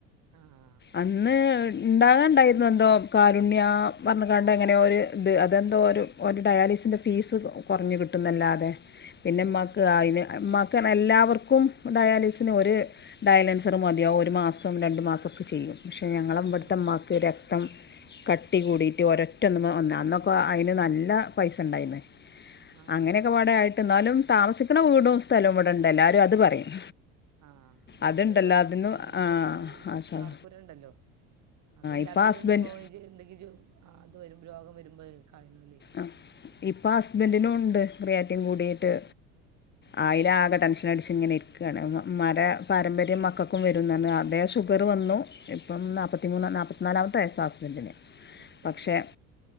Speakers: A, on the right; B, on the left.
A: ആഹ്
B: അന്ന് ഇണ്ടാകാണ്ടായിരുന്നു എന്തോ കാരുണ്യ പറഞ്ഞ് കാണ്ട് അങ്ങനെ ഒരു ഇത് അതെന്തോ ഒരു ഒരു ഡയാലിസിൻ്റെ ഫീസ് കുറഞ്ഞ് കിട്ടൂന്നല്ലാതെ പിന്നെ
A: ആഹ്
B: ഇമ്മാക്ക് അതിന് ഇമ്മാക്ക് എല്ലാവർക്കും ഡയാലിസിന് ഒരു ഡയലൻസറ് മതിയാവും ഒരു മാസം രണ്ടു മാസമൊക്കെ ചെയ്യും പക്ഷെ ഞങ്ങളെ
A: ആഹ്
B: ഇവിടുത്തെ ഇമ്മാക്ക് രക്തം കട്ടി കൂടിയിട്ട് ഒരൊറ്റ ഒന്ന് വന്ന അന്നൊക്കെ അതിന് നല്ല പൈസ ഉണ്ടായിരുന്നു
A: ആഹ്
B: അങ്ങനെയൊക്കെ പാടെ ആയിട്ട് എന്നാലും താമസിക്കണ വീടും സ്ഥലവും ഇവിടൊണ്ട് എല്ലാരും അത് പറയും
A: ആഹ് എന്നാലും
B: അതുണ്ടല്ലോ
A: ഒരു
B: അതിന്
A: ആഹ്
B: ആ
A: അത്
B: ആ
A: പാർക്കൂരെ ഉണ്ടല്ലോ അത് ഇല്ലാത്തോലും
B: ഇപ്പം ഹസ്ബൻഡ്
A: ഉണ്ട് ഇപ്പോ എന്തെങ്കിലും അത് വരുമ്പൊ രോഗം വരുമ്പോ കളയുന്നോലെ
B: ആഹ് ഇപ്പോം ഹസ്ബൻഡിനും ഉണ്ട് റിയാറ്റിങ് കൂടീട്ട് അയ്നാകെ ടെൻഷൻ അടിച്ച് ഇങ്ങനെ ഇരിക്കാണ് ഇമ്മാന്റെ പാരമ്പര്യം മക്കൾക്കും വരുന്നറഞ്ഞ് അതേ ഷുഗറ് വന്നു ഇപ്പം നാൽത്തി മൂന്ന് നാപ്പത്തി നാലാമത്തെ വയസ്സാ ഹസ്ബൻ്റിന്
A: പടച്ചോനെ
B: പക്ഷെ